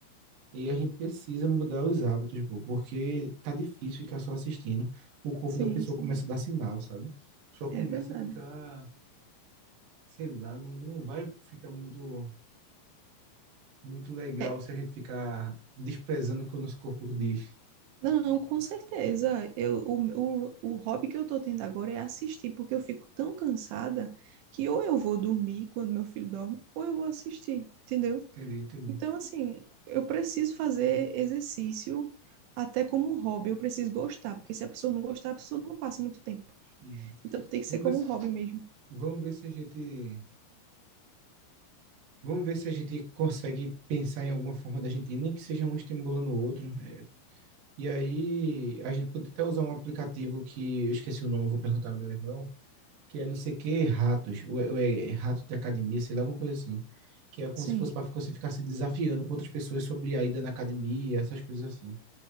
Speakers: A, on the right; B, on the right.
A: E a gente precisa mudar os hábitos, pô, porque tá difícil ficar só assistindo. O corpo
B: sim,
A: da pessoa
B: sim,
A: começa a dar sinal, sabe? Só começa
B: é verdade.
A: a ficar, sei lá, não, não vai ficar muito, muito legal
B: É,
A: se a gente ficar desprezando o que o nosso corpo diz.
B: não, com certeza. Eu, o, o, o hobby que eu estou tendo agora é assistir, porque eu fico tão cansada que ou eu vou dormir quando meu filho dorme, ou eu vou assistir, entendeu?
A: Entendi, entendi.
B: Então, assim, eu preciso fazer exercício até como um hobby. Eu preciso gostar, porque se a pessoa não gostar, a pessoa não passa muito tempo.
A: Uhum.
B: Então, tem que ser
A: Vamos
B: como
A: ver se,
B: um hobby mesmo.
A: vamos ver se a gente, vamos ver se a gente consegue pensar em alguma forma da gente, ir, nem que seja um estimulando o outro. É, E aí a gente pode até usar um aplicativo que eu esqueci o nome, eu vou perguntar ao meu irmão que é não sei o que, ratos, ou, é- ou é rato de academia, sei lá, alguma coisa assim. Que é como
B: Sim.
A: se fosse para você ficar se desafiando com outras pessoas sobre a ida na academia, essas coisas assim.